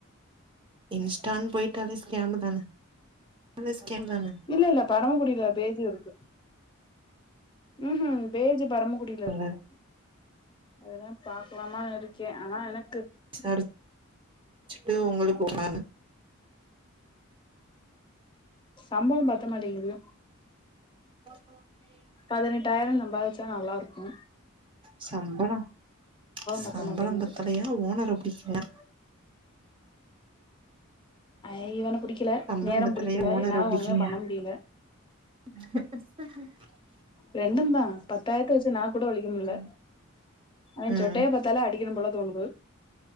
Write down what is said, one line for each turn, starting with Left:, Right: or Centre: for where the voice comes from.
Right: இன்ஸ்டான் போயிட்டால ஸ்கேம் தானே எல்லாமே ஸ்கேம் தானே
Left: இல்ல இல்ல பரம குடியுல பேஜு இருக்கு ம் பேஜ் பரம குடில் லருக்கு
Right: அங்க
Left: அதுதா பாக்லாமானுருக்கே ஆனா எனக்கு
Right: சருச் <unintelligible> சுட்டு உங்களுக்கு ஒரு அன்
Left: சம்பளோ பத்த மாட்டேங்குது
Right: நோ நோ நை
Left: பதினெட்டாயிரோ சம்பாதிச்சா நல்லா இருக்கு
Right: சம்பளோ சம்பளம்
Left: பத்த மாட்டேங்குது
Right: பத்தலையா ஓனர புடிக்கலயா
Left: ஐ இவன புடிக்கல
Right: சம்பளம்
Left: நேரம்
Right: பத்தலையா
Left: புடிக்கல
Right: ஓனர
Left: என்னால
Right: புடிக்கலையா
Left: ஒன்னுமே பண்ண முடியல
Right: <unintelligible>
Left: ரெண்டுந்தா பத்தாயிரத்த வச்சு நாக்கூட வலிக்க முடியல
Right: ம்
Left: அவே சொட்டைய
Right: ம்
Left: பாத்தாலே அடிக்கணு போல தோணுது